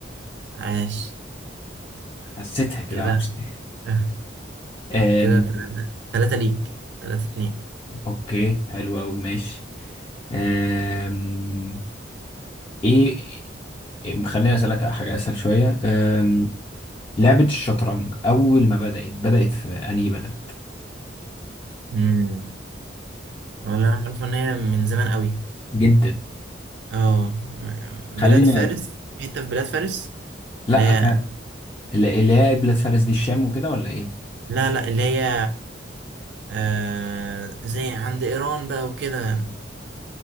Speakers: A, on the right; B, on the left.
A: عاش
B: حسيتها كده
A: كده
B: معرفش ليه.
A: <laughs>
B: أم...
A: كده تلاتة تلاتة ليك تلاتة اتنين
B: اوكي حلو قوي ماشي أم... ايه إيه، خليني اسالك حاجة اسهل شوية أم... لعبة الشطرنج اول ما بدأت بدأت في انهي بلد
A: مم. ولا عارف ان هي من زمان قوي
B: جدا
A: اه بلاد
B: خلينا
A: فارس حتة في بلاد فارس
B: لا
A: اللي هي
B: كان- اللي اللي هي قبلة فارس دي الشام وكده ولا ايه
A: لا لا اللي هي آه زي عند ايران بقى وكده